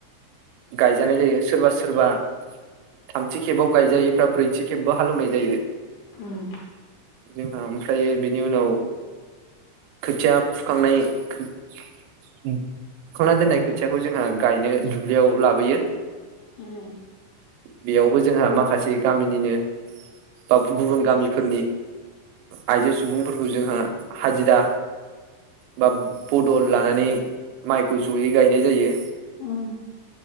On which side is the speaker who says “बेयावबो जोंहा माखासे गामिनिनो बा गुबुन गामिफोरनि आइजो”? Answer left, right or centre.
Right